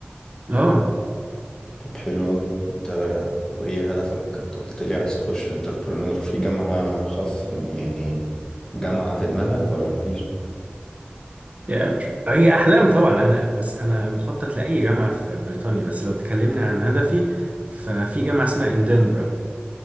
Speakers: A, on the right; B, on the left.
A: اه
B: طب حلو قوي انت وايه هدفك انت قلت لي عايز تخش انتربرنور في جامعة خاص يعني جامعة في دماغك ولا مفيش؟
A: يعني هي أحلام طبعا أنا بس أنا مخطط لأي جامعة في بريطانيا بس لو تكلمنا عن هدفي ففي جامعة اسمها إندنبرا